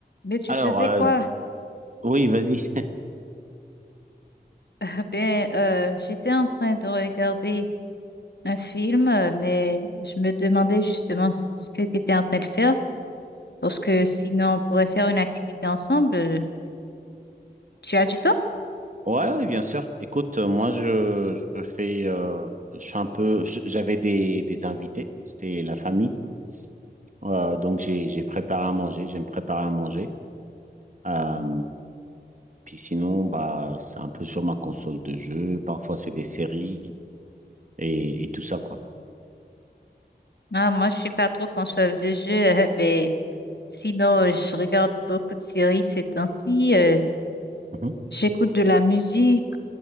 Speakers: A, on the left; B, on the right.
A: Mais tu
B: Alors,
A: faisais
B: euh,
A: quoi?
B: oui, vas-y. <laughs>
A: <laughs> Ben, euh, j'étais en train de regarder un film, euh, mais je me demandais justement c- ce que tu étais en train de faire, parce que sinon on pourrait faire une activité ensemble. Euh, Tu as du temps?
B: Ouais, ouais, bien sûr. Écoute, euh, moi, je, je fais, euh, je suis un peu, je- j'avais des, des invités, c'était la famille. Euh, donc, j'ai, j'ai préparé à manger, j'aime préparer à manger. Euh, puis sinon, bah, c'est un peu sur ma console de jeu. Parfois, c'est des séries et, et tout ça, quoi.
A: Ah, moi, je suis pas trop console de jeu. euh, <laughs> ben, sinon, je regarde beaucoup de séries ces temps-ci. euh,
B: Mhm.
A: j'écoute de la musique,